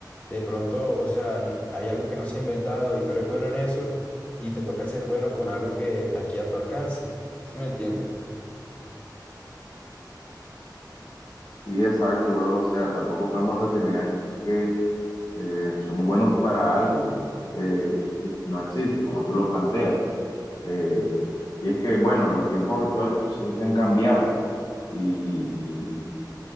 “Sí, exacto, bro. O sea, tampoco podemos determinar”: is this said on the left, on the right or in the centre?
Left